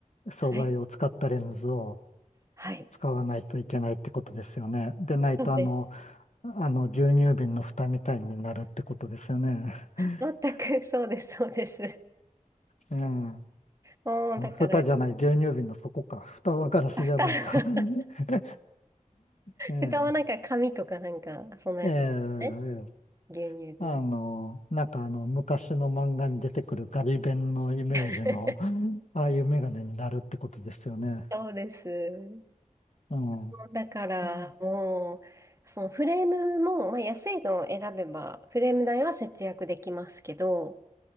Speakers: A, on the left (about 60°); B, on the right (about 20°).
A: 素材を使ったレンズを
B: はい。はい。
A: 使わないといけないってことですよね。でないと、
B: そうです。
A: あの、あの、牛乳瓶の蓋みたいになるってことですよね。<laughs>
B: 全くそうです、そうです。
A: ええ。あ
B: もう、だから、
A: 蓋じゃない、牛乳瓶の底か。蓋はガラスじゃないか。
B: 蓋、<laughs>
A: <laughs> ええ。
B: 蓋はなんか紙とかなんか、そんなやつですね。
A: ええ。ええ
B: 牛乳瓶。
A: あの、なんかあの、昔の漫画に出てくるガリ勉のイメージの、
B: <laughs>
A: うんああいうメガネになるってことですよね。
B: そうです。
A: うん。
B: だからもう、
A: うん。
B: そのフレームも、まあ、安いのを選べば、フレーム代は節約できますけど、